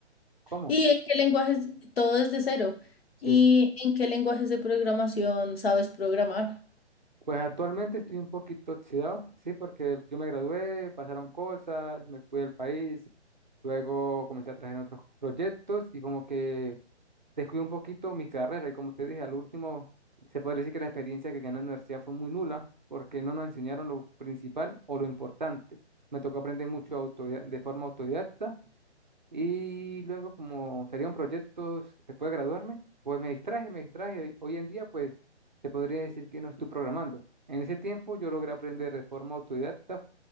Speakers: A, on the right (about 45°); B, on the left (about 60°).
A: ¿cómo?
B: ¿Y en qué lenguajes? Todo es de cero.
A: Sí.
B: ¿Y en qué lenguajes de programación sabes programar?
A: Pues actualmente estoy un poquito oxidado, sí, porque yo me gradué, pasaron cosas, me fui del país, luego comencé a trabajar en otros proyectos y como que descuido un poquito mi carrera y como te dije, al último se podría decir que la experiencia que gané en la universidad fue muy nula porque no nos enseñaron lo principal o lo importante. Me tocó aprender mucho autodi- de forma autodidacta y luego como salieron proyectos después de graduarme, pues me distraje, me distraje. Hoy en día pues se podría decir que no estoy programando. En ese tiempo yo logré aprender de forma autodidacta